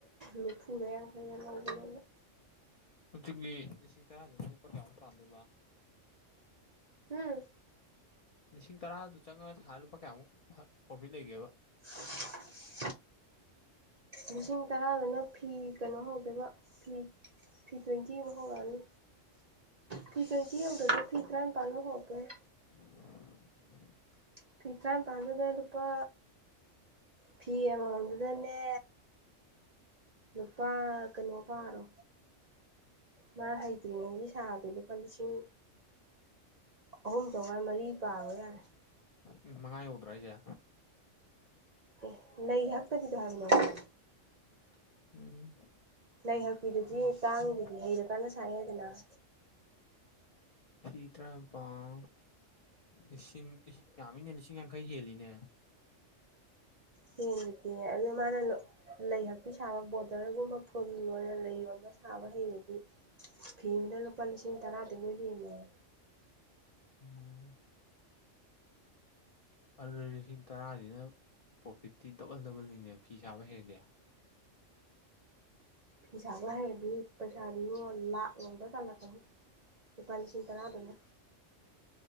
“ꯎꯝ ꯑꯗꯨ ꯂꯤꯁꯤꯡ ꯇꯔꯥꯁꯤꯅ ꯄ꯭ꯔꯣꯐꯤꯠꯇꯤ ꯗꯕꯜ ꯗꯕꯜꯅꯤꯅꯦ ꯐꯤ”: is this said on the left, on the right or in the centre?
Left